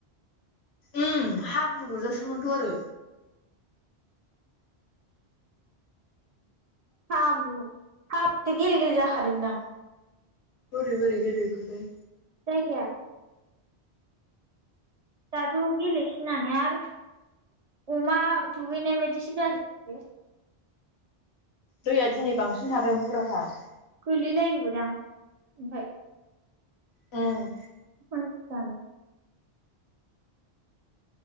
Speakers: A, on the left (about 75°); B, on the right (about 50°).
A: उम हाब्रु गुरजासोमोनथ' आरो।
B: हाब्रु हाब्रु गेले गेले जाखादोंदां?
A: बोरै बोरै गेलेखोथाय?
B: जायगाया दाथ' गेले सिनानानै आरो अमा दुगैनाय बायदिसो जाजोब बियो।
A: दैया दिनै बांसिन थागोन बुरजाथार।
B: गोलैलायोबोदां ओमफाय
A: औ
B: मानसिफ्रानो